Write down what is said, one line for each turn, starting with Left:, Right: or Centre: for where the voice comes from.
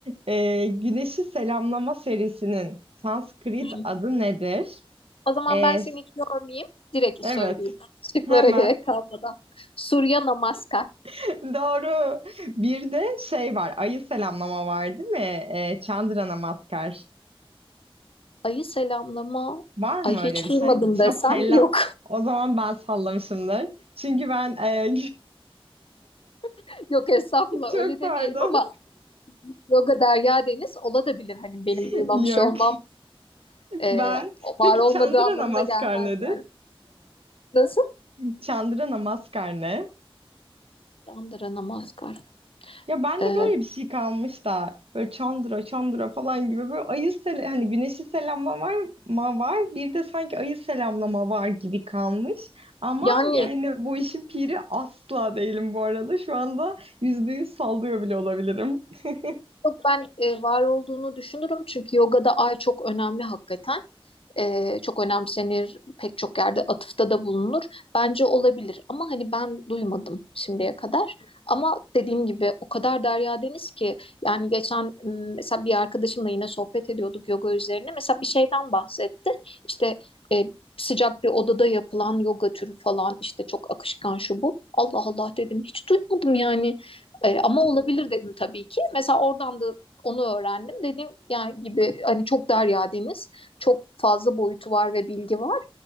Right: E, Güneşi Selamlama serisinin Sanskrit
Left: Hı hı.
Right: adı nedir?
Left: O zaman
Right: E,
Left: ben seni hiç yormayayım. Direkt
Right: evet.
Left: söyleyeyim. Şıklara
Right: Hemen.
Left: gerek kalmadan. Surya Namaskar.
Right: <laughs> Doğru. Bir de şey var. Ayı selamlama var değil mi? E, Chandra Namaskar.
Left: Ayı selamlama.
Right: Var mı
Left: Ay hiç
Right: öyle bir şey?
Left: duymadım
Right: Şu
Left: desem
Right: an selam.
Left: yok.
Right: O zaman ben sallamışımdır. Çünkü ben e,
Left: <laughs> Yok estağfurullah
Right: <laughs> çok
Left: öyle demeyelim
Right: pardon.
Left: ama yoga derya deniz olabilir. Hani benim duymamış
Right: <laughs> Yok.
Left: olmam e,
Right: Ben. Peki
Left: var olmadığı
Right: Çandıra
Left: anlamına
Right: Namaskar
Left: gelmez
Right: nedir?
Left: yani. Nasıl?
Right: <laughs> Çandıra Namaskar ne?
Left: Chandra Namaskar.
Right: Ya ben
Left: E,
Right: de böyle bir şey kalmış da böyle Çandıra Çandıra falan gibi böyle ayı sele hani güneşi selamlama var ma var bir de sanki ayı selamlama var gibi kalmış. Ama
Left: yani
Right: yani bu işin piri asla değilim bu arada. Şu anda yüzde yüz sallıyor bile olabilirim. <laughs>
Left: Yok ben e, var olduğunu düşünürüm çünkü yogada ay çok önemli hakikaten. E, çok önemsenir pek çok yerde atıfta da bulunur. Bence olabilir ama hani ben duymadım şimdiye kadar. Ama dediğim gibi o kadar derya deniz ki yani geçen m, mesela bir arkadaşımla yine sohbet ediyorduk yoga üzerine. Mesela bir şeyden bahsetti. İşte e, sıcak bir odada yapılan yoga türü falan işte çok akışkan şu bu. Allah Allah dedim hiç duymadım yani. Ee, ama olabilir dedim tabii ki. Mesela oradan da onu öğrendim. Dediğim yani gibi hani çok derya deniz, çok fazla boyutu var ve bilgi var.